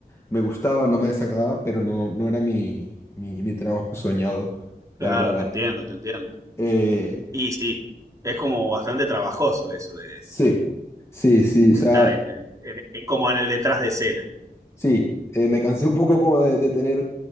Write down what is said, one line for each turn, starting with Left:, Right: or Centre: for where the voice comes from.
Left: me gustaba, no me desagradaba, pero no, no era mi, mi, mi trabajo soñado,
Right: claro,
Left: la verdad.
Right: te entiendo, te entiendo.
Left: Eh,
Right: Y sí, es como bastante trabajoso eso de,
Left: sí, sí, sí. O
Right: de
Left: sea,
Right: estar en, en- en- en- como en el detrás de escena.
Left: Sí, eh, me cansé un poco como de, de tener